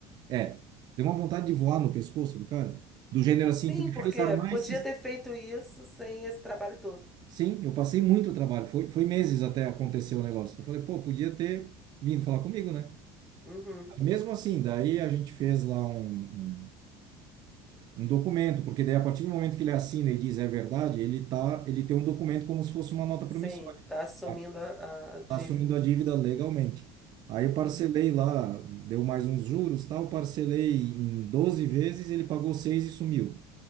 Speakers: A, on the right; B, in the centre.
A: é, deu uma vontade de voar no pescoço do cara. Do gênero assim,
B: Sim,
A: tu me
B: porque
A: fez armar
B: podia
A: esse.
B: ter feito isso sem esse trabalho todo.
A: Sim, eu passei muito trabalho. Foi, foi meses até acontecer o negócio. Eu falei, pô, podia ter vindo falar comigo, né?
B: Uhum.
A: Aí, mesmo assim, daí a gente fez lá um, um, um documento, porque daí a partir do momento que ele assina e diz é verdade, ele tá, ele tem um documento como se fosse uma nota promissória.
B: Sim, tá assumindo
A: Tá
B: a, a dívida.
A: tá assumindo a dívida legalmente. Aí eu
B: Uhum.
A: parcelei lá, deu mais uns juros, tal, parcelei em 12 vezes, ele pagou seis e sumiu.